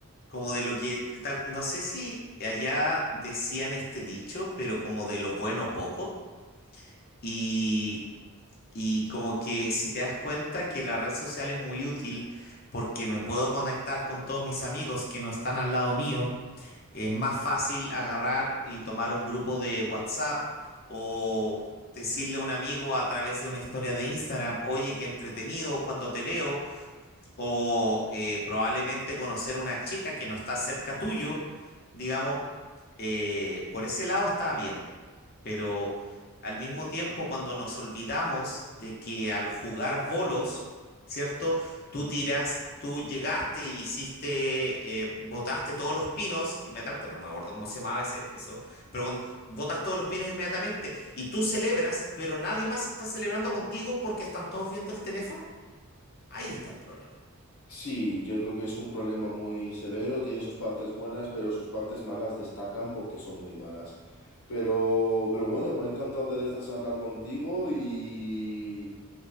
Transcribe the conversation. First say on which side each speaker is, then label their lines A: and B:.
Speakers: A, on the left; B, on the left.
A: como de lo que, ta- no sé si allá decían este dicho, pero como de lo bueno poco. Y, y como que si te das cuenta que la red social es muy útil porque me puedo conectar con todos mis amigos que no están al lado mío, es más fácil agarrar y tomar un grupo de WhatsApp o decirle a un amigo a través de una historia de Instagram, oye, qué entretenido cuando te veo o eh, probablemente conocer una chica que no está cerca tuyo, digamos, eh, por ese lado está bien, pero al mismo tiempo cuando nos olvidamos de que al jugar bolos, ¿cierto? Tú tiras, tú llegaste, hiciste, eh, botaste todos los pinos inmediatamente, no me acuerdo cómo se llamaba ese, eso, pero cuando botas todos los pinos inmediatamente y tú celebras, pero nadie más está celebrando contigo porque están todos viendo el teléfono, ahí está el problema.
B: Sí, yo creo que es un problema muy severo, tiene sus partes buenas, pero sus partes malas destacan porque son muy malas. Pero, pero bueno, me ha encantado tener esta charla contigo y,